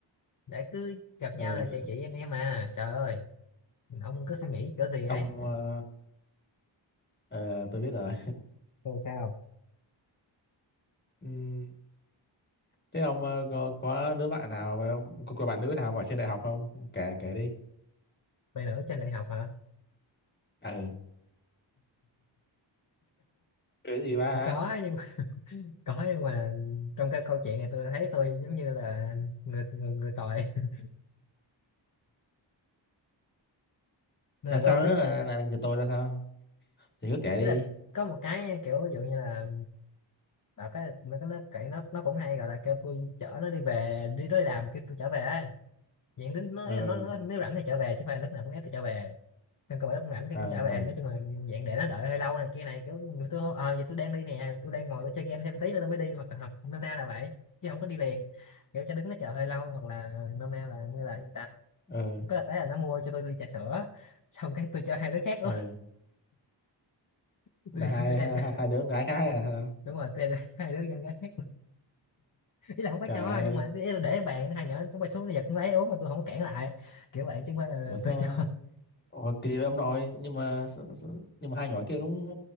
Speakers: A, on the left; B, on the left.
A: để cứ gặp
B: ừ.
A: nhau là chị chị em em mà trời ơi ông cứ suy nghĩ cỡ gì ấy
B: ông ờ, ờ, tôi biết rồi
A: rồi sao
B: ừ. thế ông ờ, có có đứa bạn nào mà- có, có bạn nữ nào mà ở trên đại học không kể kể đi
A: vậy nữa trên đại học hả
B: ừ cái gì ba
A: có nhưng có nhưng mà trong cái câu chuyện này tôi thấy tôi giống như là người người, người tội <laughs> nên
B: là
A: là
B: sao
A: tôi không biết
B: nữa
A: ờ,
B: là là người tôi là sao thì cứ kể
A: ý
B: đi
A: là có một cái kiểu ví dụ như là đọc cái nó nó nó nó cũng hay gọi là kêu tôi chở nó đi về đi nó đi làm kêu tôi trở về ấy. diện tính nó,
B: ừ
A: ý là
B: ừ
A: nó, nó nếu rảnh thì trở về chứ không phải là lúc nào cũng ép tôi trở về trong cơ bản cũng rảnh cái
B: ờ,
A: cũng trở về
B: ờ.
A: nói chung là dạng để nó đợi hơi lâu này kia này kiểu người tôi ờ giờ tôi đang đi nè tôi đang ngồi tôi chơi game thêm tí nữa tôi mới đi hoặc là hoặc nôm na là vậy chứ không có đi liền kiểu cho đứng nó chờ hơi lâu hoặc là nôm na là như là người ta
B: ừ
A: có là cái là nó mua cho tôi ly trà sữa xong cái tôi cho hai đứa khác uống
B: ừ
A: <laughs>
B: là
A: tôi
B: hai
A: tôi đem
B: hai
A: cho
B: hai hai đứa con gái khác à hả?
A: đúng rồi tôi đem cho hai đứa nhân gái khác ý là không phải
B: trời
A: cho
B: ơi
A: nhưng mà ý là để bàn hai nhỏ xuống bay xuống nó giật cũng lấy uống mà tôi không có cản lại kiểu vậy chứ không phải là
B: ủa sao
A: tôi cho
B: ủa kỳ vậy ông nội nhưng mà sao- sao- nhưng mà hai nhỏ kia cũng